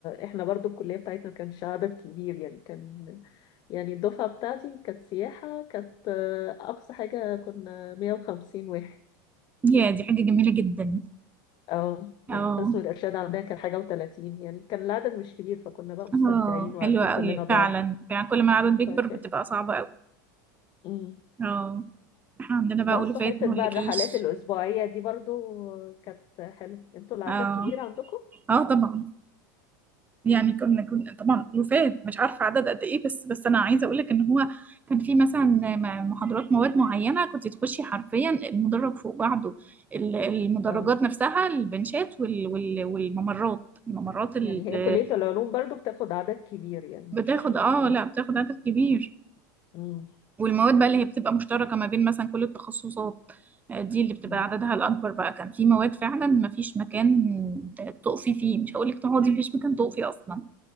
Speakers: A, on the left; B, on the right.
A: احنا برضو الكليه بتاعتنا ما كانش عدد كبير يعني كان يعني الدفعه بتاعتي كانت سياحه كانت آه، اقصى حاجه كنا 150 واحد
B: يا دي حاجة جميلة جدا
A: اه يعني
B: اه
A: قسم الارشاد عندنا كان حاجه و30 يعني كان العدد مش كبير فكنا بقى مستمتعين
B: اه
A: وعارفين
B: حلوة أوي
A: كلنا بعض
B: فعلا فعلا كل ما العدد بيكبر
A: فكان
B: بتبقى صعبة أوي
A: مم.
B: اه احنا عندنا
A: بس
B: بقى ألوفات
A: وحته
B: ما اقولكيش
A: بقى الرحلات الاسبوعيه دي برضو كانت حلوه انتوا العدد
B: اه
A: كبير عندكم؟
B: اه طبعا يعني كنا كنا طبعا ألوفات مش عارفة عدد قد ايه بس بس انا عايزة اقولك ان هو كان في مثلا م- محاضرات مواد معينة كنت تخشي حرفيا المدرج فوق بعضه ال- المدرجات
A: آه.
B: نفسها البنشات وال- وال- والممرات الممرات اللي
A: يعني هي كلية العلوم برضو بتاخد عدد كبير يعني
B: بتاخد
A: مش يعني
B: اه لا بتاخد عدد كبير
A: مم.
B: والمواد بقى اللي هي بتبقى مشتركة ما بين مثلا كل التخصصات آه، دي اللي بتبقى
A: مم.
B: عددها الأكبر بقى كان في مواد فعلا ما فيش مكان تقفي فيه مش هقولك تقعدي مفيش مكان تقفي أصلا